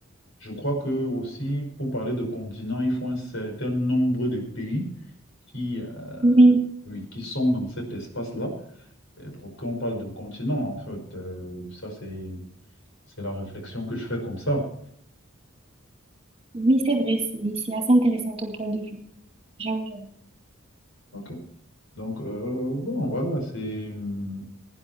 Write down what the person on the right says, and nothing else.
Oui,
oui, c'est vrai, c'est, c'est assez intéressant ton point de vue. J'avoue, j'avoue.